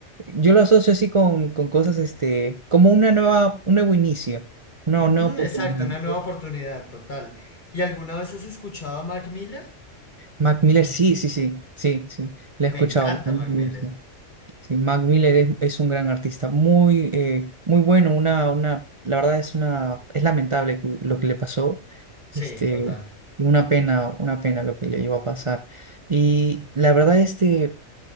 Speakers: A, on the right (about 35°); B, on the left (about 35°).
A: yo lo asocio así con, con cosas, este, como una nueva, un nuevo inicio, una
B: Ujú,
A: nueva oportunidad.
B: exacto, una
A: ¿no?
B: nueva oportunidad, total. ¿Y alguna vez has escuchado a Mac Miller?
A: Mac Miller, sí, sí, sí, sí, sí, la
B: Me
A: he escuchado,
B: encanta
A: también
B: Mac
A: me
B: Miller.
A: gusta. Sí, Mac Miller es, es un gran artista, muy, eh, muy bueno, una, una, la verdad es una, es lamentable que- lo que le pasó, este,
B: Sí, total.
A: y una pena, una pena lo que le iba a pasar. Y la verdad, este,